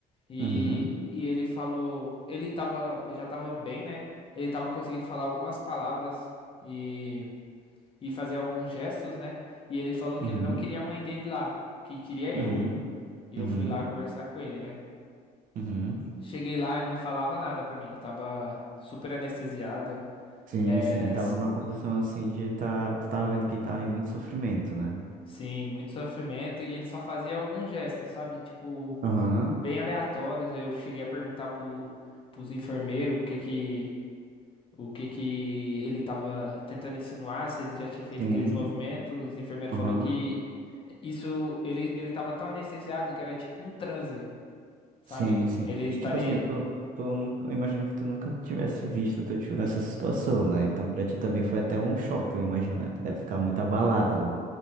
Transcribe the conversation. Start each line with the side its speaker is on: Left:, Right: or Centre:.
Left: E,
Right: Uhum.
Left: e ele falou, ele tava, já tava bem, né? Ele tava conseguindo falar algumas palavras e, e fazer alguns gestos, né? E ele falou que
Right: Uhum.
Left: ele não queria a mãe dele lá, que queria eu.
Right: Uhum.
Left: E
Right: Uhum.
Left: eu fui lá conversar com ele, né?
Right: Uhum.
Left: Cheguei lá e não falava nada pra mim, tava super anestesiado.
Right: Sim,
Left: É,
Right: sim, tava numa condição assim de tá, tu tava vendo que ele tava em muito sofrimento, né?
Left: Sim, muito sofrimento e ele só fazia alguns gestos, sabe? Tipo,
Right: Aham,
Left: bem aleatórios. Eu cheguei a perguntar pro, pros enfermeiros o que que, o que que ele tava tentando insinuar, se ele já tinha feito
Right: sim,
Left: aqueles movimentos. Os enfermeiros
Right: aham,
Left: falou que isso, ele, ele tava tão anestesiado que era tipo um transe, sabe?
Right: sim, sim.
Left: Ele estaria
Right: E tipo assim, tu, tu não eu imagino que tu nunca tivesse visto teu tio nessa situação, né? Então pra ti também foi até um choque, eu imagino, né? Tu deve ficar muito abalado